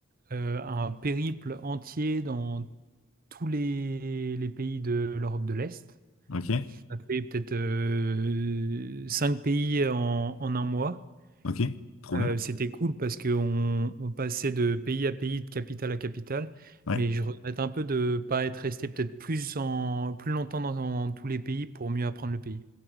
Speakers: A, on the right (about 45°); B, on the left (about 70°).
A: euh, un périple entier dans tous les, les pays de l'Europe de l'Est.
B: Ok,
A: On a fait peut-être euh, cinq pays en, en un mois.
B: ok, trop
A: Euh,
B: bien.
A: c'était cool parce qu'on on passait de pays à pays, de capitale à capitale,
B: Ouais.
A: mais je regrette un peu de ne pas être resté peut-être plus, en, plus longtemps dans, dans tous les pays pour mieux apprendre le pays.